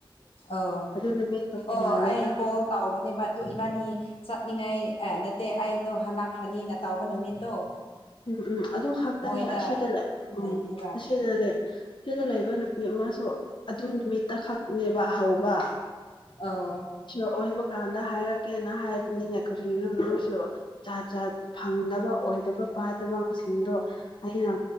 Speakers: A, on the left; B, on the left.
A: ꯑꯧ
B: ꯑꯗꯨ ꯅꯨꯃꯤꯠꯇꯣ
A: ꯑꯣ
B: ꯃꯥꯜꯂꯦꯗ
A: ꯑꯩ ꯀꯣꯜ ꯇꯥꯎꯕꯅꯦꯕ ꯑꯗꯨ ꯏꯕꯥꯅꯤ ꯆꯠꯅꯤꯡꯉꯥꯏ ꯑꯦ ꯅꯠꯇꯦ ꯑꯩꯗꯣ ꯍꯜꯂꯛꯈ꯭ꯔꯅꯤꯅ ꯇꯥꯎꯕ ꯅꯨꯃꯤꯠꯇꯣ
B: ꯎꯝ ꯎꯝ ꯑꯗꯨ ꯈꯛꯇꯅꯦ
A: ꯃꯣꯏꯗ
B: ꯑꯁꯤꯗ ꯂꯩ ꯎꯝ
A: ꯍꯥꯏꯕꯅꯦꯕ
B: ꯑꯁꯤꯗ ꯂꯩ ꯀꯦꯗ ꯂꯩꯕ ꯅꯨꯄꯤ ꯑꯃꯁꯨ ꯑꯗꯨ ꯅꯨꯃꯤꯠꯇ ꯈꯛꯅꯦꯕ ꯍꯧꯕ
A: ꯑꯧ
B: ꯑꯣꯏꯕ ꯀꯥꯟꯗ ꯍꯥꯏꯔꯛꯀꯦ ꯍꯥꯏꯕꯅꯤꯅ ꯀꯔꯤꯅꯨꯝꯁꯨ ꯆꯥ ꯆꯥ ꯐꯪꯗꯕ ꯑꯣꯏꯗꯕ ꯄꯥꯗꯕꯁꯤꯡꯗꯣ ꯑꯩꯅ